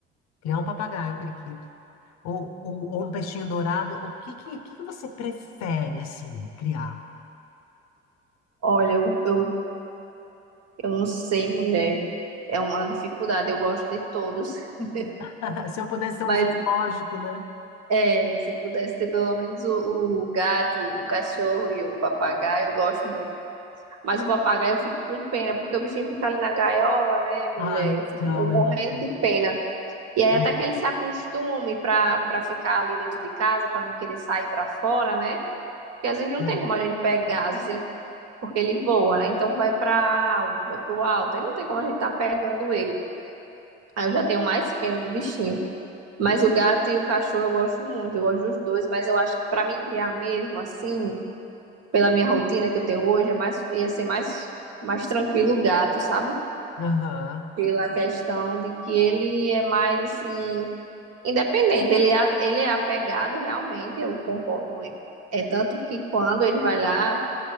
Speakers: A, on the left; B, on the right.
A: criar um papagaio, um periquito, ou, ou, ou um peixinho dourado? O que, que, que que você prefere, assim, criar?
B: Olha, eu, eu, eu não sei, mulher, é uma dificuldade, eu gosto de todos. <laughs>
A: <laughs> Se eu pudesse ser
B: Mas
A: um zoológico, né?
B: é, se eu pudesse ter pelo menos o, o gato, o cachorro e o papagaio, eu gosto muito. Mas o papagaio eu fico com pena, porque o bichinho fica ali na gaiola, né, mulher?
A: Ah, então,
B: Eu fico eu morrendo
A: eu...
B: de pena. E aí
A: É,
B: até que ele se acostume para para ficar ali dentro de casa, para não querer sair para fora, né? Porque às vezes não
A: aham.
B: tem como a gente pegar, às vezes ele, porque ele voa, né? Então vai para alto, vai para o alto, aí não tem como a gente tá pegando ele. Aí eu já tenho mais pena do bichinho. Mas o gato e o cachorro eu gosto muito, eu gosto dos dois, mas eu acho que para mim criar mesmo assim, pela minha rotina que eu tenho hoje, é mais ia ser mais mais tranquilo o gato, sabe?
A: Aham.
B: pela questão de que ele é mais assim independente, ele é, ele é apegado realmente, eu concordo. com ele. É tanto que quando ele vai lá